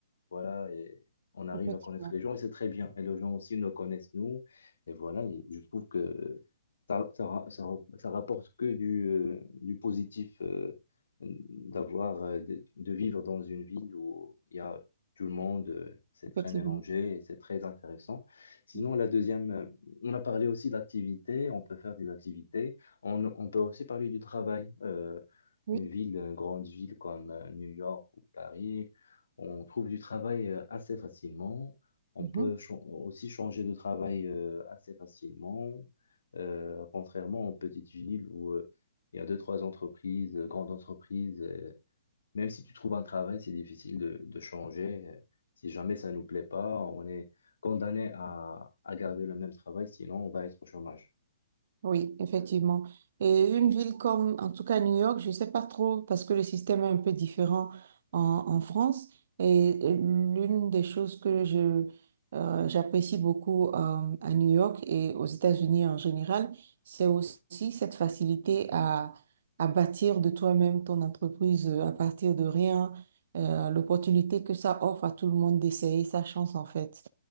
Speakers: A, on the left; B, on the right.
A: voilà, et on arrive
B: Effectivement,
A: à connaître les gens et c'est très bien. Et les gens aussi nous connaissent, nous. Et voilà, et je trouve que ça, ça, ra- ça, ra- ça rapporte que du, euh, du positif, euh, d'avoir, euh, de, de vivre dans une ville où il y a tout le monde, euh, c'est
B: effectivement.
A: très mélangé et c'est très intéressant. Sinon,
B: Oui.
A: la deuxième, euh, on a parlé aussi d'activités, on peut faire des activités. On, on peut aussi parler du travail. Euh,
B: Oui.
A: une ville, une grande ville comme euh, New York ou Paris, on trouve du travail euh, assez facilement. On
B: Mhm.
A: peut cha- aussi changer de travail euh, assez facilement. Euh, contrairement aux petites villes où euh, il y a deux, trois entreprises, euh, grandes entreprises. euh, même si tu trouves un travail, c'est difficile de, de changer. Euh, Si jamais ça ne nous plaît pas, on est condamné à, à garder le même travail, sinon on va être au chômage.
B: Oui, effectivement. Et une ville comme, en tout cas New York, je ne sais pas trop parce que le système est un peu différent en, en France. Et euh, l'une des choses que je, euh, j'apprécie beaucoup euh, à New York et aux États-Unis en général, c'est aussi cette facilité à, à bâtir de toi-même ton entreprise euh, à partir de rien, euh, l'opportunité que ça offre à tout le monde d'essayer sa chance en fait.